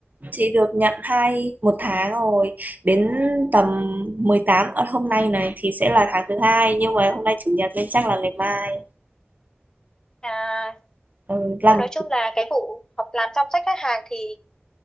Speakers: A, on the right; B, on the left.
A: chị được nhận hai một tháng rồi đến tầm 18 ở hôm nay này thì sẽ là tháng thứ hai nhưng mà hôm nay chủ nhật nên chắc là ngày mai
B: À,
A: ừ, làm
B: thôi nói chung là cái vụ học làm chăm sóc khách hàng thì